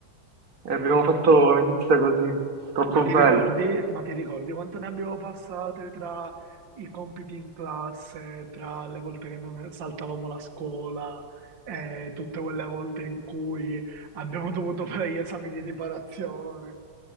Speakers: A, on the right (about 45°); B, on the right (about 60°).
A: e abbiamo fatto amicizia così, troppo
B: Ma ti
A: bello.
B: ricordi, ma ti ricordi quanto ne abbiamo passate tra i compiti in classe, tra le volte che non saltavamo la scuola, e tutte quelle volte in cui abbiamo dovuto fare gli esami di riparazione?